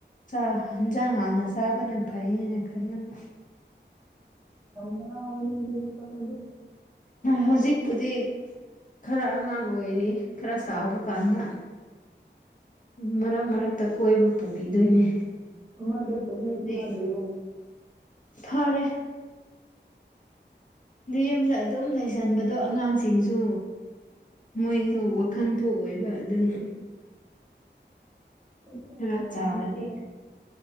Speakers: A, on the left; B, on the right.
A: ꯌꯦꯟꯁꯥꯡ ꯍꯥꯡꯅ ꯆꯥꯕꯅ ꯐꯩ ꯍꯥꯏꯅ ꯈꯜꯂꯝꯃꯤ
B: ꯑꯅ ꯏꯗꯤꯅ ꯄꯂꯦ
A: ꯍꯧꯖꯤꯛꯄꯨꯗꯤ ꯈꯔ ꯑꯉꯥꯡ ꯑꯣꯏꯔꯤ ꯈꯔ ꯆꯥꯎꯕ ꯀꯥꯟꯗ ꯃꯔꯛ ꯃꯔꯛꯇ ꯀꯣꯏꯕ ꯄꯨꯕꯤꯗꯣꯏꯅꯦ
B: ꯑꯗ ꯁꯍꯤ
A: ꯑꯗꯩ
B: ꯐꯥꯔꯔꯤꯍꯣ
A: ꯐꯔꯦ ꯌꯨꯝꯗ ꯑꯗꯨꯝ ꯂꯩꯁꯟꯕꯗꯣ ꯑꯉꯥꯡꯁꯤꯡꯁꯨ ꯃꯣꯏꯁꯨ ꯋꯥꯈꯜ ꯊꯣꯛꯑꯣꯏꯕ ꯑꯗꯨꯅ
B: ꯆꯠꯄ
A: ꯈꯔ
B: ꯍꯩꯔꯝꯒꯅꯤꯀꯣ
A: ꯆꯥꯎꯔꯗꯤ